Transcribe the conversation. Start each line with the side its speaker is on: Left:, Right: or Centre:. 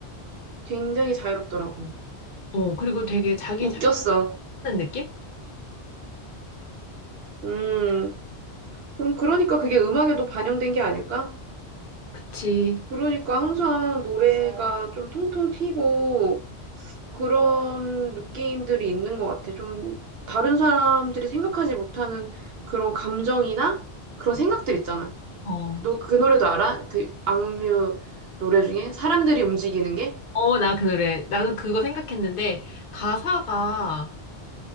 Right: 굉장히 자유롭더라고.
Left: 어, 그리고 되게 자기
Right: 웃겼어.
Left: 자 하는 느낌?
Right: 음, 음, 그러니까 그게 음악에도 반영된 게 아닐까?
Left: 그치.
Right: 그러니까 항상 노래가 좀 통통 튀고 그런 느낌들이 있는 것 같아. 좀 다른 사람들이 생각하지 못하는 그런 감정이나 그런 생각들 있잖아.
Left: 어.
Right: 너 그 노래도 알아? 그 악뮤 노래 중에 사람들이 움직이는 게?
Left: 어, 나 그래. 나도 그거 생각했는데, 가사가